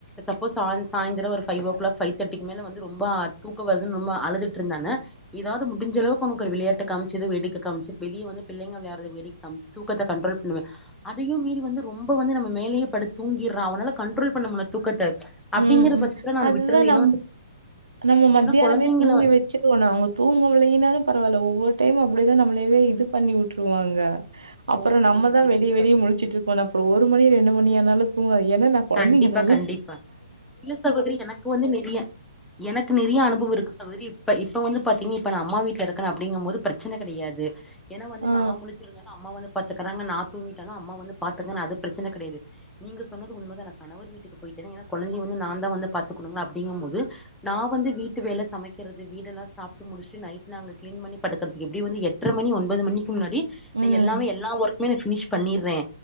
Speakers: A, in the centre; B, on the right.
A: சப்போஸ் சாய்ந் சாய்ந்தரோ ஒரு ஃபைவ் ஓ க்ளாக் ஃபைவ் தெட்டிக்கு மேல வந்து ரொம்பா தூக்கொ வர்து ரொம்ப அழுதுட்டு இருந்தான்ன ஏதாவ்து முடிஞ்சளவுக்கு அவனுக்கு ஒரு விளையாட்டு காம்ச்சிது வேடிக்க காம்ச்சி வெளிய வந்து பிள்ளைங்க ளையாட்றது வேடிக் காம்ச்சி தூக்கத்த கண்ட்ரோல் பண்ணுவே அதையும் மீறி வந்து ரொம்போ வந்து நம்ம மேலையே படுத் தூங்கிர்றா அவனால கண்ட்ரோல் பண் ண முல்ல தூக்கத்த அப்படிங்கிற
B: ம் ம்
A: பட்சத்துல நான்
B: அதுதா
A: விட்டுறது
B: நம்
A: ஏன்னா வந்து
B: நம்ம மத்தியானமே
A: ஏன்னா குழந்தைங்கள
B: தூங்க வெச்சிட்வோ நா அவ்ங்க தூங்க விட்லைன்னாலு பரவால்ல ஒவ்வொர் டைமு அப்டிதா நம்மளயவே இது பண்ணி உட்ருவாங்க அப்பறொ
A: ஓ சரிங்க
B: நம்ம தா
A: சரிங்க
B: வெடிய வெடிய
A: சகோதரி
B: முழ்ச்சிட்ருக்கனு அப்றொ ஒரு மணி ரெண்டு மணியே ஆனாலு தூங்காது ஏன்னா நா கொழந்தீங்க
A: கண்டிப்பா
B: நல்ல
A: கண்டிப்பா இல்ல சகோதரி எனக்கு வந்து நெறைய எனக்கு நெறைய அனுபவோயிருக்கு இப்ப இப்ப வந்து பாத்தீங்க இப்ப நா அம்மா வீட் ல இருக்கனு அப்டிங்க போது பிரச்சனை கெடையாது ஏனா வந்து
B: ஆ,
A: நா முழச்சிருந்தன்னா அம்மா வந்து பாத்துக்கறாங்க நா தூங்கிட்டான அம்மா வந்து பாத்துக்கனு அது பிரச்சன கெடையாது நீங்க சொன்ன உண்மதானே கணவர் வீட்டுக்கு போயிட்டே ஏனா கொழந்தையே வந்து நா தா வந்து பாத்துக்குனுங்களா அப்டிங்க போது நா வந்து வீட்ட விட் வேலே சமைக்கிறது வீடுடெல்லா சாப்பிட்டு முடிச்சு நைட் நாங்க கிளீன் பண்ணி படுக்கறது எப்டியு வந்து எட்டுரை மணி ஒன்பது மணி முன்னாடி
B: ம்,
A: எல்லாமே எல்லா ஒர்கமே ஃபினிஷ் பண்ணிர்றே